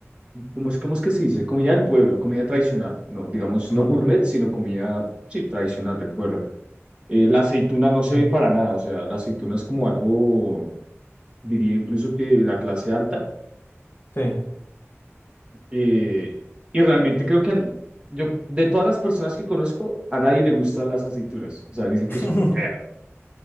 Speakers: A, on the right; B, on the left.
A: ¿Cómo es, cómo es que se dice? Comida del pueblo, comida tradicional, no, digamos,
B: Simón.
A: no gourmet, sino comida, sí, tradicional del pueblo. Eh, la aceituna no se
B: Sí,
A: ve para nada, o sea, la aceituna es como algo, diría incluso que de la clase alta,
B: sí.
A: eh, y realmente creo que an- yo, de todas las personas que conozco, a nadie le gustan las aceitunas, o sea, dicen
B: <laughs>
A: que son muy feas,